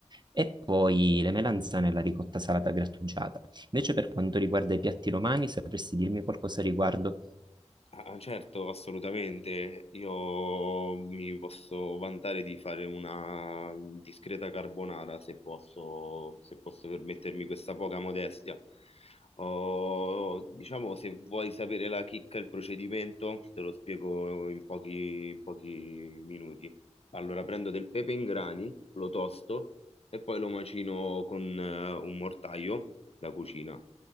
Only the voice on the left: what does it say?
Ah, ah, certo, assolutamente. Io mi posso vantare di fare una discreta carbonara se posso, se posso permettermi questa poca modestia. Oh, diciamo, se vuoi sapere la chicca, e il procedimento, te lo spiego in pochi, in pochi minuti. Allora, prendo del pepe in grani, lo tosto e poi lo macino con eh, un mortaio da cucina.